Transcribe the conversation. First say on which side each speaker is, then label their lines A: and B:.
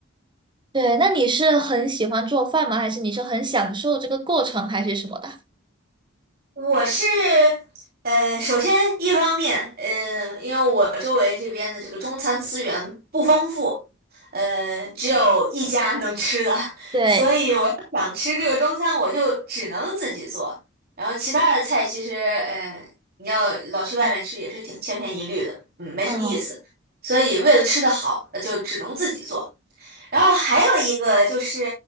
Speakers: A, on the right (about 25°); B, on the right (about 50°).
A: 对，那你是很喜欢做饭吗？还是你是很享受这个过程，还是什么的？
B: 我是，呃，首先一方面，呃，因为我周围这边的这个中餐资源不丰富，呃，只有一家能吃的，
A: 对，
B: 所以我要想吃这个中餐，我就只能自己做。然后其他的菜其实，呃，你要老去外面吃也是挺千篇一律的，嗯，没什么意思。
A: 嗯，
B: 所以为了吃的好，呃就只能自己做。然后还有一个就是，